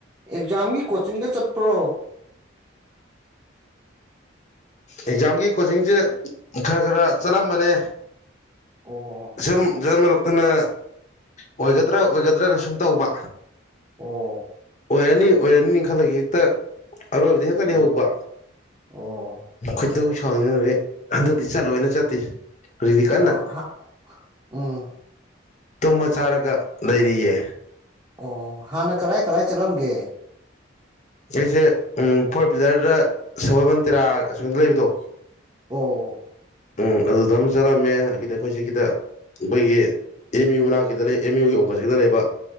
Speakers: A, on the right (about 20°); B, on the left (about 40°).
A: ꯑꯦꯛꯖꯥꯝꯒꯤ ꯀꯣꯆꯤꯡꯒ ꯆꯠꯄ꯭ꯔꯣ
B: ꯑꯦꯛꯖꯥꯝꯒꯤ ꯀꯣꯆꯤꯡꯁꯦ ꯈꯔ ꯈꯔ ꯆꯠꯂꯝꯕꯅꯦ
A: ꯑꯣ
B: ꯁꯨꯝ ꯗ꯭ꯔꯃꯔꯣ ꯈꯠꯇꯅ ꯑꯣꯏꯒꯗ꯭ꯔꯥ ꯑꯣꯏꯒꯗ꯭ꯔꯥꯅ ꯁꯨꯝ ꯇꯧꯕ
A: ꯑꯣ
B: ꯑꯣꯏꯔꯅꯤ ꯑꯣꯏꯔꯅꯤꯅ ꯈꯜꯂꯒ ꯍꯦꯛꯇ ꯑꯔꯣꯏꯕꯗ ꯍꯦꯛꯇ
A: ꯎꯝ
B: ꯂꯩꯍꯧꯕ
A: ꯑꯣ
B: ꯈꯣꯢꯗꯧ ꯁꯥꯎꯅꯤꯡꯉꯔꯦ ꯍꯟꯗꯛꯇꯤ ꯆꯠꯂꯣꯏꯅ ꯆꯠꯇꯦ ꯀ꯭ꯔꯤꯗꯤ
A: ꯑꯣ
B: ꯀꯟꯅ
A: ꯎꯝ
B: ꯇꯨꯝꯃ ꯆꯥꯔꯒ ꯂꯩꯔꯤꯌꯦ
A: ꯑꯣ ꯍꯥꯟꯅ ꯀꯗꯥꯏ ꯀꯗꯥꯥꯏ ꯆꯠꯂꯝꯒꯦ
B: ꯑꯩꯁꯦ ꯎꯝ ꯐꯣꯔ ꯄꯤꯂꯔꯗ ꯁꯒꯣꯜꯕꯟꯗ ꯇꯦꯔꯥ ꯑꯁꯣꯝꯗ ꯂꯩꯕꯗꯣ
A: ꯑꯣ
B: ꯎꯝ ꯑꯗꯨꯗ ꯑꯃ ꯆꯠꯂꯝꯃꯦ ꯑꯒꯤꯗꯤ ꯑꯩꯈꯣꯏꯒꯤꯁꯤꯗ ꯑꯩꯈꯣꯏꯒꯤ ꯑꯦꯝ ꯌꯨ ꯃꯅꯥꯛꯀꯤꯗ ꯂꯩ ꯑꯦꯝ ꯌꯨꯒꯤ ꯑꯣꯄꯣꯖꯤꯠꯇ ꯂꯩꯕ